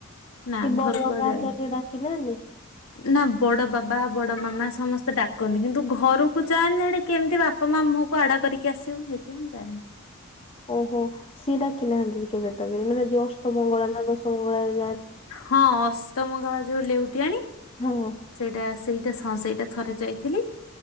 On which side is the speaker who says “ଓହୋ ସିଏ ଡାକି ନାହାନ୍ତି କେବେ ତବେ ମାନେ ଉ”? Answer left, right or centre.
Left